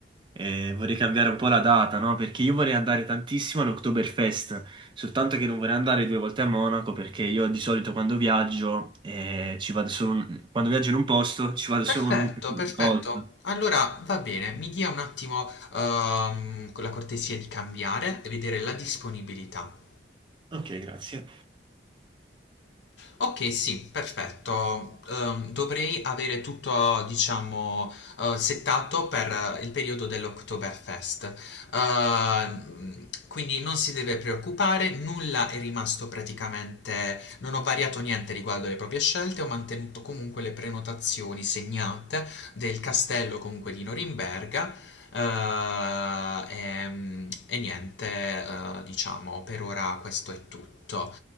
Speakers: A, on the right; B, on the left.
A: eh, vorrei cambiare un po' la data, no? Perché io vorrei andare tantissimo all'Oktoberfest, soltanto che non vorrei andare due volte a Monaco perché io di solito quando viaggio eh, ci vado solo un- quando viaggio in un posto ci vado
B: Perfetto,
A: solo un- una
B: perfetto.
A: volta.
B: Allora va bene, mi dia un attimo ehm, con la cortesia di cambiare e vedere la disponibilità.
A: Ok, grazie.
B: Ok, sì, perfetto. Ehm, dovrei avere tutto, diciamo, eh, settato per eh, il periodo dell'Oktoberfest. Ehm, quindi non si deve preoccupare, nulla è rimasto praticamente, non ho variato niente riguardo alle proprie scelte, ho mantenuto comunque le prenotazioni segnate del castello comunque di Norimberga. eh, e, e niente, eh, diciamo, per ora questo è tutto.